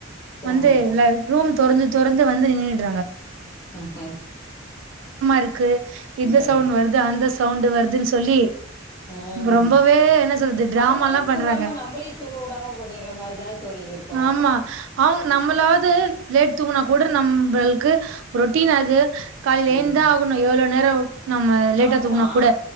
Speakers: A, on the left; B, on the right.
A: தூங்க
B: வந்து
A: மாட்டாங்க
B: ல ரூம் <unintelligible> தொறந்து வந்து நின்னுடுறாங்க
A: உம்
B: இருக்கு இந்த
A: உ கண்டி
B: சவுண்ட் வருது அந்த சவுண்டு வருதுன்னு சொல்லி
A: உம்
B: ரொம்பவே என்ன சொல்றது டிராமால்லா
A: அவங்களும் தூங்காம
B: பண்றாங்க
A: நம்பளையும் தூங்க விடாம பண்ணிற மாதிரிதானே தோழி இது இருக்கு
B: ஆமா அவங்க நம்மளாவது லேட் தூங்கணா கூட நம்பள்க்கு ரொட்டீனாது காலில
A: ம்
B: ஏந்து தான் ஆகணும் எவ்வளவு நேரம் நம்ம லேட்டா
A: ஆமா,
B: தூங்கினா கூட